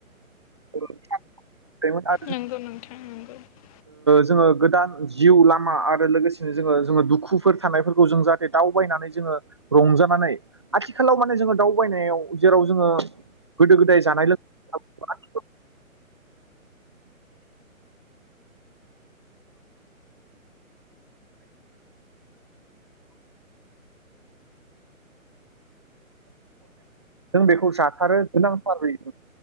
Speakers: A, on the right (about 20°); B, on the left (about 25°).
A: <unintelligible> मोन आरो जों
B: नंगौ नोंथां नंगौ
A: ओ जोङो गोदान जिउ लामा आरो लोगोसेनो जोङो जोङो दुखुफोर थानायफोरखौ जों जाहाथे दावबायनानै जोङो रंजानानै आथिखालाव माने जोङो दावबायनायाव जेराव जोङो गोदो गोदाय जानाय लोंनायाव बा जों बेखौ जाथारो नांथारै